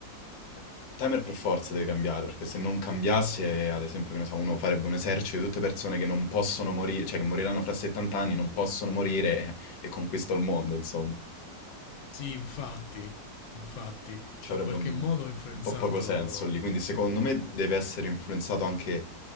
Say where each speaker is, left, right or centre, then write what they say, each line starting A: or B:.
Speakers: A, on the left; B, on the left.
A: eh, il timer per forza deve cambiare, perché se non cambiasse, ad esempio, che ne so, uno farebbe un esercito di tutte persone che non possono morire, cioè che moriranno fra 70 anni, non possono morire <laughs> e, e conquista il mondo, insomma.
B: sì, infatti, infatti,
A: Ci
B: in
A: avrebbe
B: qualche
A: un,
B: modo ho influenzato.
A: un po' poco senso lì, quindi secondo me
B: sì.
A: deve essere influenzato anche